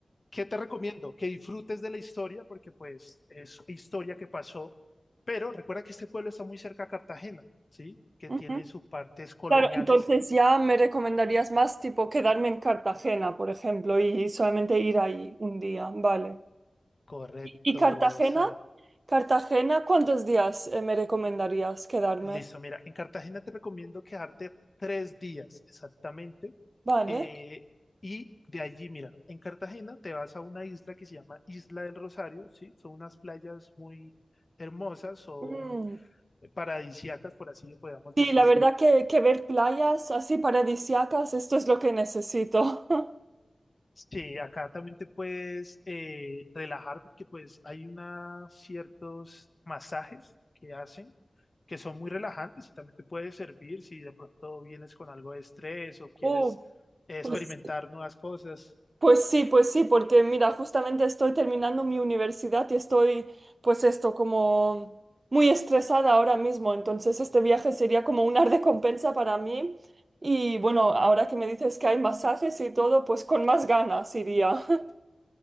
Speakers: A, on the left (about 40°); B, on the right (about 45°).
A: ¿Qué te recomiendo? Que disfrutes de la historia porque pues es historia que pasó, pero recuerda que este pueblo está muy cerca a Cartagena, ¿sí? Que
B: Ujú.
A: tiene sus partes coloniales.
B: Claro, entonces ya me recomendarías más tipo quedarme en Cartagena, por ejemplo, y solamente ir ahí un día, vale.
A: Correcto,
B: ¿Y y Cartagena?
A: Sara.
B: Cartagena, ¿cuántos días eh, me recomendarías quedarme?
A: Listo, mira, en Cartagena te recomiendo quedarte tres días exactamente.
B: Vale.
A: eh, y de allí, mira, en Cartagena te vas a una isla que se llama Isla del Rosario, ¿sí? Son unas playas muy hermosas, son
B: Mm.
A: eh, paradisíacas, por así podemos decir.
B: Sí, la verdad que, que ver playas así paradisíacas, esto es lo que necesito. <laughs>
A: Sí, acá también te puedes eh, relajar porque pues hay una, ciertos masajes que hacen que son muy relajantes y también te puede servir si de pronto vienes con algo de estrés o quieres
B: Uh,
A: eh, experimentar
B: pues,
A: nuevas cosas.
B: pues sí, pues sí, porque mira, justamente estoy terminando mi universidad y estoy, pues esto, como muy estresada ahora mismo. Entonces este viaje sería como una recompensa para mí. Y bueno, ahora que me dices que hay masajes y todo, pues con más ganas iría. <laughs>